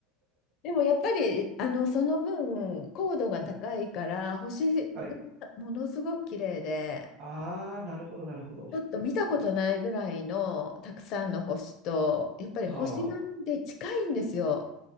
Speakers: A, on the left; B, on the right.
A: でもやっぱりあのその分高度が高いから星がものすごく綺麗で
B: うん。はい。ああ、なるほど、なるほど。
A: ちょっと見たことないぐらいのたくさんの星とやっぱり星がで近いんですよ。
B: ああ。